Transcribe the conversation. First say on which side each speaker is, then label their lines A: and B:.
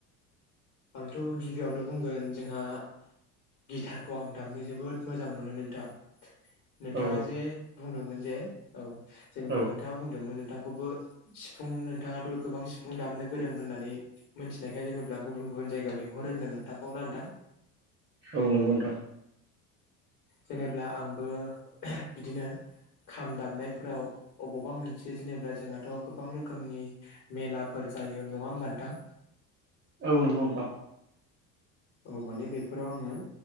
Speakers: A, on the left (about 40°); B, on the right (about 25°).
A: आंथ' गिबियावनो बुंगोन जोंहा गिटारखौ आं दामनो जोबोद मोजां मोनो नोंथां नोंथाङा
B: औ
A: जे बुंदोंमोन जे औ जेनेबा
B: औ
A: नोंथाङा बुंदोंमोन नोंथांखौबो सिफुं नोंथाङाथ' गोबां सिफुं दामनो गोरों होन्नानै मोनथिनायखाय जेनोबा गुबुन गुबुन जायगायाव लिंहरो होनदों नोंथांखौना नोंथां।
B: औ नंगौ नोंथां
A: जेनेब्ला आंबो बिदिनो खाम दामनायफोराव अबावबा मोनसे जेनेबा जोंहाथ' गोबां रोखोमनि मेलाफोर जायो नङा होमबथां
B: औ नंगौ नोंथां।
A: औ माने बेफोराव आङो